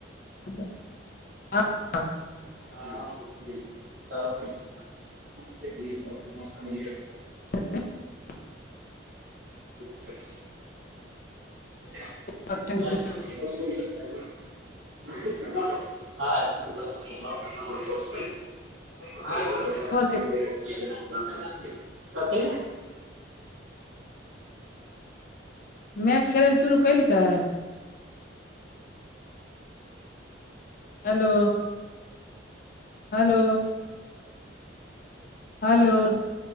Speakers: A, on the left (about 50°); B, on the right (about 75°).
A: हँ
B: हँ सब <unintelligible>
A: <inaudible>
B: <inaudible> आँ। <unintelligible>
A: कतऽ गेल छी
B: कथि
A: मैच खेलैल शुरू कैलकै। Hello hello. हेलो